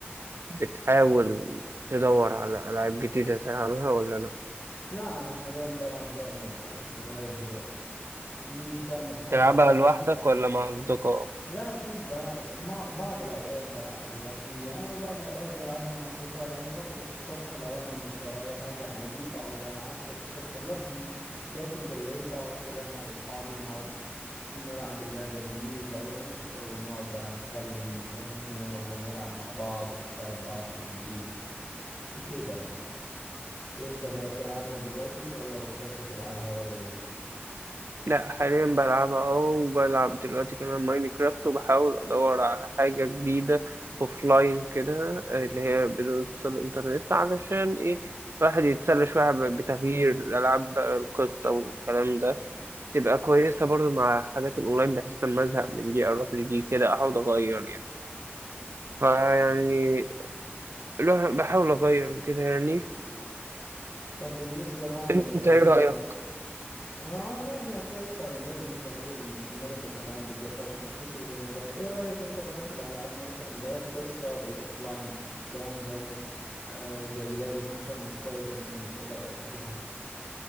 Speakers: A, on the right; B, on the left.
A: بتحاول تدور على ألعاب جديدة تلعبها ولا لأ؟
B: لا انا حاليا بلعب فالورنت بس لغايه دلوقتي مش بعمل حاجه
A: تلعبها لوحدك ولا مع أصدقائك؟
B: لا اكيد بلعب مع بعض الاوقات بلعبها لوحدي يعني وبعض الاوقات بلعبها مع اصدقائي يعني فترة الصبح لو انا مش ورايا حاجة عادي بقعد العب الصبح لوحدي لكن بالليل بقعد كده انا واصحابي نقعد نلعب اللعبة دي فالورنت ونقعد بقى نتكلم ون... ونلعب مع بعض ونساعد بعض في الجيم وكده يعني انت بقى بتلعبها دلوقتي ولا بطلت تلعبها ولا ايه
A: لأ حاليا بلعبها اه وبلعب دلوقتي كمان ماينكرافت وبحاول أدور على حاجة جديدة أوفلاين كده آه، اللي هي بدون اتصال إنترنت علشان إيه الواحد يتسلى شوية ب- بتغيير الألعاب بقى القصة والكلام ده تبقى كويسة برضو مع حاجات الأونلاين بحيث لما أزهق من دي أروح لدي كده أحاول أغير يعني فيعني الواحد بحاول أغير وكده يعني
B: طب بالنسبة بقى للي
A: أنت
B: هي
A: إيه رأيك؟
B: اه لا هي كويسة ولازم التغيير المستمر في الألعاب بالظبط عشان ما تحسش بملل ايه رأيك انت بقى في الألعاب مثلا اللي هي بقصة بالأوفلاين اللي هي من غير نت آه زي لعبة مثلا سبايدر مان ايه رأيك فيها